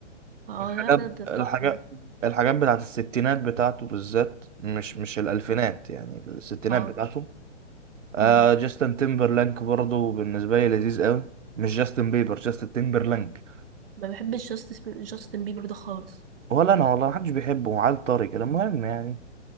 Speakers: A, on the right (about 50°); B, on the right (about 85°).
A: اه
B: حاجات
A: لا ده ده
B: الحاجات
A: تحفه ده
B: الحاجات بتاعت الستينات بتاعته بالذات مش مش الالفينات
A: اه
B: يعني الستينات
A: آه.
B: بتاعته آه
A: مم.
B: جاستن تيمبرلانك برضه بالنسبه لي لذيذ قوي مش جاستن بيبر جاستن تيمبرلانك
A: ما بحبش جاستن جاستن بيبر ده خالص
B: ولا انا والله محدش بيحبه عيل طري كده المهم يعني